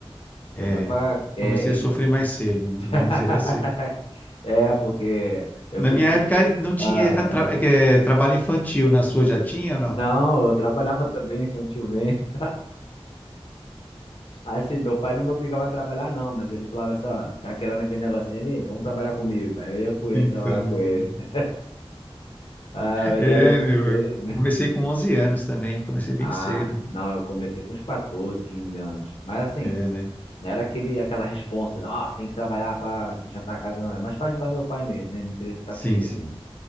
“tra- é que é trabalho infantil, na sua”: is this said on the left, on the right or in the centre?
Left